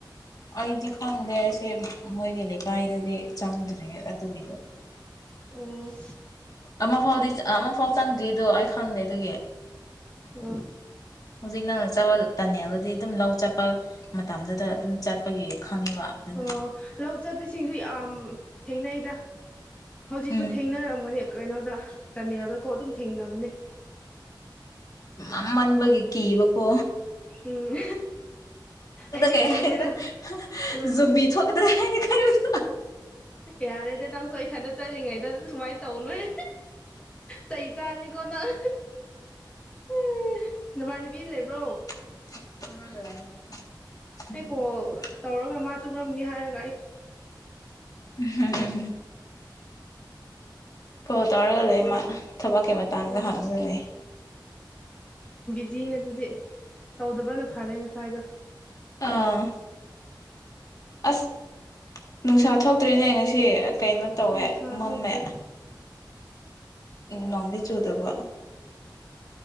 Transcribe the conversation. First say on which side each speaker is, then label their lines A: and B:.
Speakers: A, on the left; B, on the left.
A: ꯑꯩꯗꯤ ꯈꯪꯗꯦꯁꯦ ꯑꯣꯏꯣꯏꯒꯦ ꯀꯥꯏꯗ ꯗꯤ ꯆꯥꯡꯗ꯭ꯔꯤꯉ ꯑꯗꯨꯒꯤꯗꯣ
B: ꯑꯣ
A: ꯑꯃ ꯐꯥꯎꯗꯤ ꯑꯃꯐꯥꯎ ꯆꯪꯗ꯭ꯔꯤꯗꯣ ꯑꯩ ꯈꯪꯗꯦ ꯑꯗꯨꯒꯤ
B: ꯑꯣ
A: ꯍꯧꯖꯤꯛ ꯅꯪꯅ ꯆꯄ ꯇꯅꯤ ꯑꯗꯨꯗꯤ ꯑꯗꯨꯝ ꯂꯧ ꯆꯠꯄ ꯃꯇꯝꯗꯨꯗ ꯑꯗꯨꯝ ꯆꯠꯄꯒꯤ ꯈꯪꯉꯦꯕ ꯑꯗꯨ
B: ꯑꯣ ꯂꯥꯎ ꯆꯥꯄꯤꯁꯤꯡꯤꯡꯒꯤ ꯊꯦꯡꯅꯩꯗ ꯍꯧꯖꯤꯛꯁꯨ
A: ꯎꯝ
B: ꯊꯦꯡꯅꯔꯛꯝꯃꯅꯦ ꯀꯩꯅꯣꯗ ꯇꯅꯦꯜꯗꯀꯣ ꯑꯗꯨꯝ ꯊꯦꯡꯅꯕꯅꯦ
A: ꯅꯝꯃꯟꯕꯒ ꯏꯀꯤ ꯏꯕꯀꯣ
B: ꯎꯝ ꯑꯩꯗꯤ
A: ꯀꯩ
B: ꯀꯤꯔꯦꯗ
A: ꯍꯥꯏꯗ꯭ꯔꯥ
B: ꯎꯝ
A: ꯖꯨꯝꯕꯤ ꯊꯣꯛꯀꯗ꯭ꯔꯥ ꯍꯥꯏꯅ ꯈꯟꯕꯗꯣ
B: ꯌꯥꯔꯦꯗ ꯅꯪꯁꯨ ꯏꯊꯟꯗ ꯆꯠꯂꯤꯉꯩꯗ ꯁꯨꯃꯥꯏꯅ ꯇꯧꯅꯨꯍꯦ ꯆꯩ ꯆꯥꯅꯤꯀꯣ ꯅꯪ ꯑꯦ ꯅꯃꯥꯟꯅꯕꯤ ꯂꯩꯕ꯭ꯔꯣ
A: ꯃꯥ <unintelligible>
B: ꯑꯩ ꯀꯣꯜ ꯇꯧꯔꯒ ꯃꯥ ꯇꯨꯝꯃꯝꯅꯤ ꯍꯥꯏꯔ
A: ꯎꯝꯍꯝ ꯀꯣꯜ ꯇꯧꯔꯒ ꯂꯩ ꯃꯥ ꯊꯕꯛꯀꯤ ꯃꯇꯥꯡꯗ
B: ꯑꯣ
A: ꯍꯥꯡꯕꯅꯤ
B: ꯖꯤꯅꯦ ꯑꯗꯨꯗꯤ ꯇꯧꯗꯕꯅ ꯐꯔꯦ ꯉꯁꯤ ꯇꯥꯏꯗ
A: ꯑꯥ ꯑꯁ ꯅꯨꯡꯁꯥ ꯊꯣꯛꯇ꯭ꯔꯦꯅꯦ ꯉꯁꯤ ꯀꯩꯅꯣ ꯇꯧꯋꯦ
B: ꯅꯨꯡꯁꯥ
A: ꯃꯝꯃꯦ
B: ꯊꯣꯛꯇ꯭ꯔꯦ
A: ꯅꯣꯡꯗꯤ ꯆꯨꯗꯕ